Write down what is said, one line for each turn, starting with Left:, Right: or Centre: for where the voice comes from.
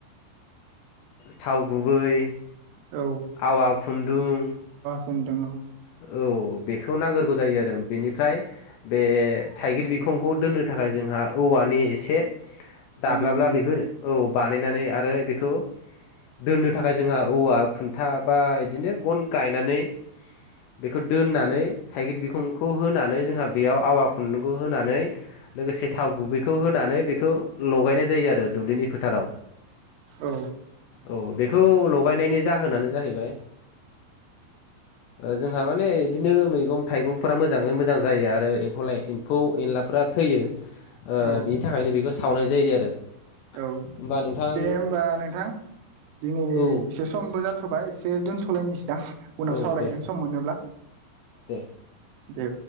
Left: थाव गुबै,
Right: औ
Left: आवा खुन्दुं
Right: <unintelligible>
Left: औ बेखौ नांगोरगौ जायो आरो बेनिफ्राय बे थाइगिर बिखंखौ दोननो थाखाय जोंहा औवानि एसे दाब्लाला
Right: बानायनाय जायो
Left: बेखौ औ बानायनानै आरो बेखौ दोननो थाखाय जोंहा औवा खुन्था बा इदिनो गन गायनानै बेखौ दोननानै थाइगिर बिखंखौ होनानै जोंहा बेयाव आवा खुन्दुंखौ होनानै लोगोसे थाव गुबैखौ होनानै बेखौ लगायनाय जायो आरो दुब्लिनि फोथाराव।
Right: औ
Left: औ बेखौ लगायनायनि जाहोनानो जाहैबाय जोंहा माने इदिनो मैगं -थाइगंफोरा मोजाङै मोजां जायो आरो एम्फौ लाइ-एम्फौ एनलाफ्रा थैयो। ओ
Right: औ
Left: बिनि थाखायनो बेखौ सावनाय जायो आरो
Right: औ
Left: होमबा नोंथां
Right: दे होमबा नोंथां दिनै
Left: औ
Right: एसे समबो जाथ'बाय एसे दोनथ'लायनिसैदां उनाव
Left: औ
Right: सावरायगोन।
Left: दे
Right: सम मोनोब्ला
Left: दे
Right: दे